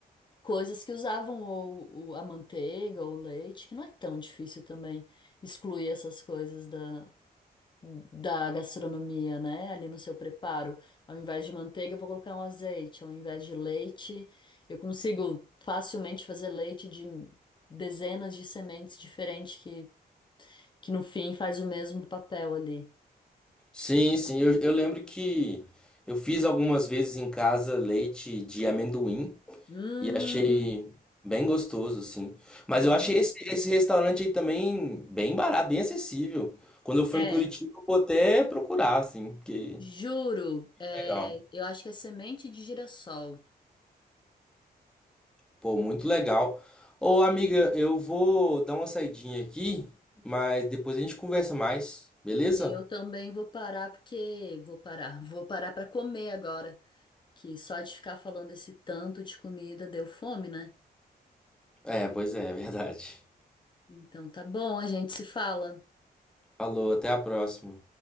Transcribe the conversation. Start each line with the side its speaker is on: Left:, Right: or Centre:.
Left: coisas que usavam ou, ou a manteiga ou o leite, que não é tão difícil também excluir essas coisas da, da gastronomia, né? Ali no seu preparo. Ao invés de manteiga, eu vou colocar um azeite. Ao invés de leite, eu consigo facilmente fazer leite de dezenas de sementes diferentes que, que no fim faz o mesmo papel ali.
Centre: Sim, sim, eu, eu lembro que eu fiz algumas vezes em casa leite de amendoim.
Left: Hum,
Centre: E achei bem gostoso, assim. Mas
Left: é uma
Centre: eu achei
Left: delícia.
Centre: esse, esse restaurante aí também bem barato, bem acessível. Quando eu for
Left: É,
Centre: em Curitiba, eu vou até procurar, assim, porque
Left: juro, é,
Centre: legal.
Left: eu acho que é semente de girassol.
Centre: Pô, muito legal. Ô, amiga, eu vou dar uma saidinha aqui, mas depois a gente conversa mais, beleza?
Left: Eu também vou parar porque vou parar, <laughs> vou parar para comer agora, que só de ficar falando esse tanto de comida deu fome, né?
Centre: É, pois é, é verdade.
Left: Então tá bom, a gente se fala.
Centre: Falou, até a próxima.